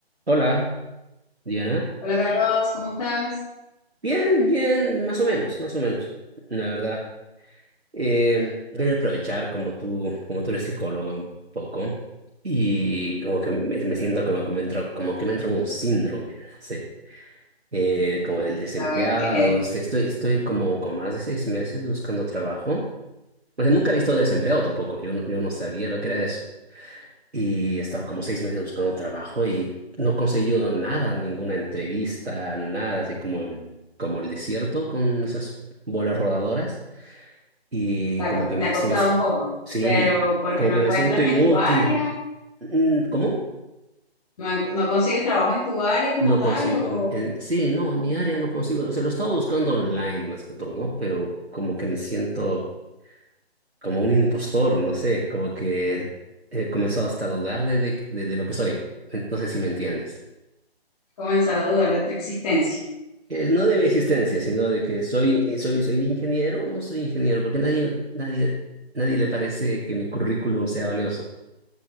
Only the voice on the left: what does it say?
Hola Carlos, ¿cómo estás?
A ver, que
te
ha, co-
te ha
costado
un poco,
pero porque
no
encuentras
en tu área,
no, en- no consigues trabajo en tu área como
tal
o
comenzar a dudar de tu existencia.